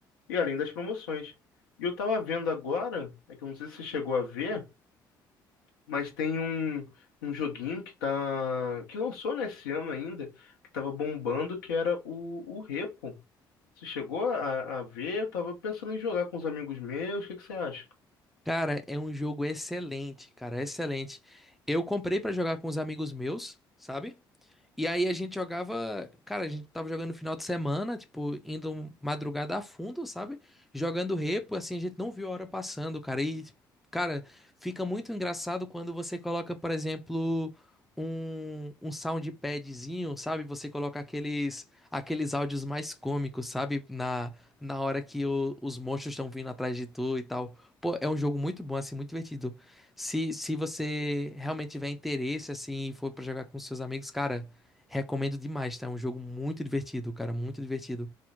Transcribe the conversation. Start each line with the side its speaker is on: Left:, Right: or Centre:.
Left: E além das promoções. E eu tava vendo agora, é que eu não sei se você chegou a ver, mas tem um, um joguinho que tá. que lançou nesse ano ainda, que tava bombando, que era o, o Repo. Você chegou a, a ver? Eu tava pensando em jogar com os amigos meus, o que que você acha?
Centre: Cara, é um jogo excelente, cara, excelente. Eu comprei para jogar com os amigos meus, sabe? E aí a gente jogava, cara, a gente tava jogando no final de semana, tipo, indo madrugada a fundo, sabe? Jogando repo, assim, a gente não viu a hora passando, cara. E, cara, fica muito engraçado quando você coloca, por exemplo, um, um soundpadzinho, sabe? Você coloca aqueles aqueles áudios mais cômicos, sabe? Na, na hora que o- os monstros estão vindo atrás de tu e tal. Pô, é um jogo muito bom, assim, muito divertido. Se, se você realmente tiver interesse, assim, e for pra jogar com seus amigos, cara. Recomendo demais, tá? É um jogo muito divertido, cara, muito divertido.